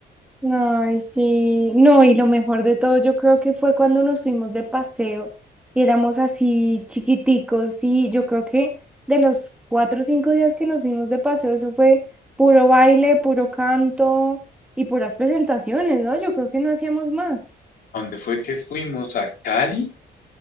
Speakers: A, in the centre; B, on the left.
A: Ay, sí. No, y lo mejor de todo, yo creo que fue cuando nos fuimos de paseo y éramos así chiquiticos y yo creo que de los cuatro o cinco días que nos fuimos de paseo, eso fue puro baile, puro canto y puras presentaciones, ¿no? Yo creo que no hacíamos más.
B: ¿A dónde fue que fuimos? ¿A Cali?